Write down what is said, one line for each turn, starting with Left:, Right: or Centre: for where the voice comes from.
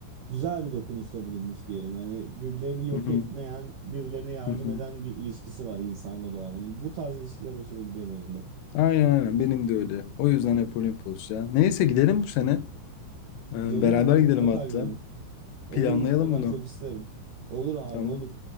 Right: güzel bir dokunuşta bulunmuş diyelim. Yani birbirlerini yok
Left: Hı hı.
Right: etmeyen, birbirlerine yardım
Left: Hı hı.
Right: eden bir ilişkisi var insanla doğanın. Bu tarz ilişkiler hoşuma gidiyor benim de.
Left: Aynen aynen benim de öyle. O yüzden hep Olimpos ya. Neyse gidelim bu sene. Ee,
Right: Gidelim
Left: beraber
Right: abi
Left: gidelim
Right: mutlaka
Left: hatta.
Right: gidelim. Olur
Left: Planlayalım
Right: mutlaka
Left: bunu.
Right: çok isterim. Olur abi
Left: Tamam.
Right: olur.